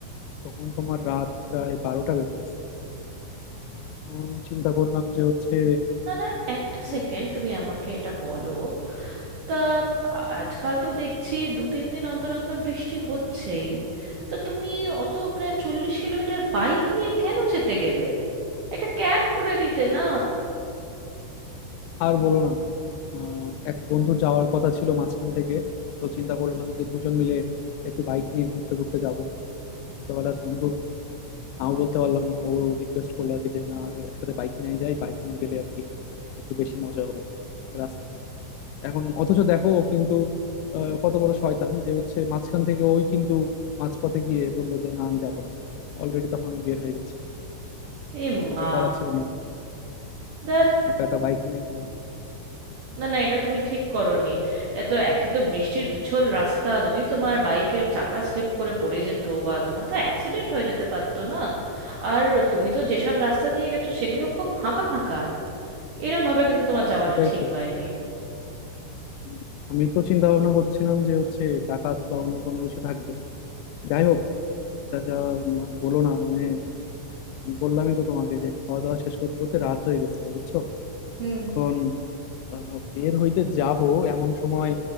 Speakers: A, on the left; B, on the right.
A: তখন তোমার রাত প্রায় বারোটা বেজে গেছে তখন চিন্তা করলাম যে হচ্ছে
B: না না একটা সেকেন্ড
A: এই
B: তুমি আমাকে এটা বলো তা আ- আজকাল তো দেখছি দু তিন দিন অন্তর অন্তর বৃষ্টি হচ্ছেই তা তুমি অত প্রায় চল্লিশ কিলোমিটার বাইক নিয়ে কেন যেতে গেলে একটা ক্যাব করে দিতে না
A: আর বলো না আহ, এক বন্ধুর যাওয়ার কথা ছিল মাঝখান থেকে তো চিন্তা করলাম যে দুজন মিলে একটু বাইক নিয়ে ঘুরতে ঘুরতে যাব ছোটবেলার বন্ধু নাও বলতে পারলাম না ও রিকোয়েস্ট করলো আর কি যে না একসাথে বাইক নিয়ে যাই বাইক নিয়ে গেলে আর কি একটু বেশি মজা হবে রাস্তাতে এখন অথচ দেখো ও কিন্তু আহ, কত বড় শয়তান যে হচ্ছে মাঝখান থেকে ওই কিন্তু মাঝপথে গিয়ে বললো যে না আমি যাবো না অলরেডি তখন আমি বের হয়ে গেছি
B: এ
A: তখন
B: মা
A: কিছু করার ছিল না আর কি
B: দ্যাট
A: একা একা বাইক নিয়ে গেলাম
B: না না এটা তুমি ঠিক করোনি এত একে তো বৃষ্টির পিছল রাস্তা যদি তোমার বাইকের চাকা স্লিপ করে পড়ে যেত বা তোমার তো অ্যাক্সিডেন্ট হয়ে যেতে পারতো না আর তুমি তো যেসব রাস্তা দিয়ে গেছো সেগুলো খুব ফাঁকা ফাঁকা এরম ভাবে কিন্তু তোমার যাওয়াটা
A: সেটাই
B: ঠিক
A: তো
B: হয়নি
A: উম, আমি তো চিন্তা ভাবনা করছিলাম যে হচ্ছে ডাকাত বা অন্য কোনো কিছু থাকবে যাই হোক তা যা উম, আর বলো না মানে বললামই তো তোমাকে যে খাওয়া দাওয়া শেষ করতে করতে রাত হয়ে গেছিল বুঝছো
B: হুম
A: এখন আহ, বের হইতে যাব এমন সময়